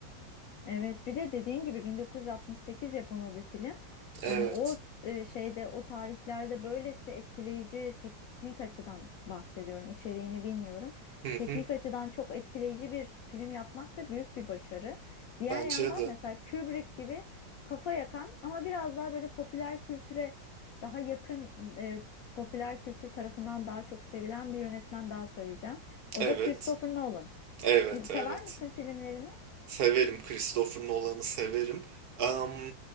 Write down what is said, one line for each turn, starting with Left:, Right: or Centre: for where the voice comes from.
Left: Evet, bir de dediğin gibi 1968 yapımı bir film.
Right: Evet.
Left: Yani o e, şeyde, o tarihlerde böylesi etkileyici teknik açıdan bahsediyorum. içeriğini bilmiyorum.
Right: Hı hı.
Left: Teknik açıdan çok etkileyici bir film yapmak da büyük bir başarı. Diğer
Right: Bence
Left: yandan
Right: de.
Left: mesela Kubrick gibi kafa yakan ama biraz daha böyle popüler kültüre daha yakın, e, popüler kültür tarafından daha çok sevilen bir yönetmen daha söyleyeceğim. O
Right: Evet.
Left: da Christopher Nolan.
Right: Evet,
Left: E, Sever
Right: evet.
Left: misin filmlerini?
Right: Severim. Christopher Nolan'ı severim. Am,